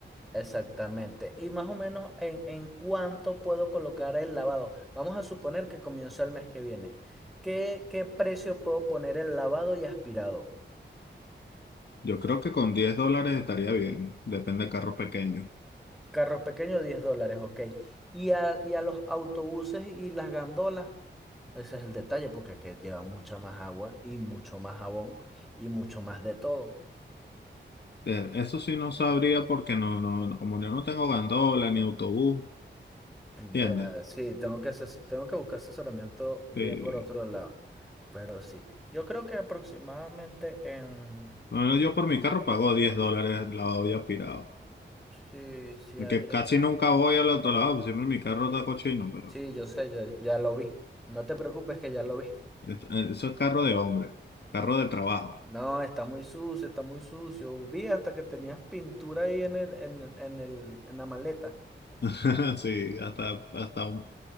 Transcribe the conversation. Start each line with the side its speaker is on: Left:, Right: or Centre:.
Centre: Exactamente. Y más o menos en, en cuánto puedo colocar el lavado. Vamos a suponer que comienzo el mes que viene. ¿Qué, qué precio puedo poner el lavado y aspirado?
Left: Yo creo que con 10 dólares estaría bien, depende de carros pequeños.
Centre: Carros pequeños, 10 dólares, ok. Y a, y a los autobuses y y las gandolas. Ese es el detalle, porque es que lleva mucha más agua y mucho más jabón y mucho más de todo.
Left: Eh, Eso sí no sabría porque no, no, no- como yo no tengo gandola ni autobús,
Centre: Ya,
Left: ¿entiendes?
Centre: sí, tengo que, ases- tengo que buscar asesoramiento bien
Left: Sí.
Centre: por otro lado. Pero sí, yo creo que aproximadamente en...
Left: Bueno, yo por mi carro pago 10 dólares lavado y aspirado.
Centre: Sí, sí, a
Left: Que
Centre: 10.
Left: casi nunca voy al autolavado, siempre mi carro está cochino, pero.
Centre: Sí, yo sé, ya, ya lo vi. No te preocupes que ya lo vi.
Left: Et- eh, Eso es carro de hombre, carro de trabajo.
Centre: No, está muy sucio, está muy sucio. Vi hasta que tenías pintura ahí en el, en, en el, en la maleta.
Left: <laughs> Sí, hasta, hasta un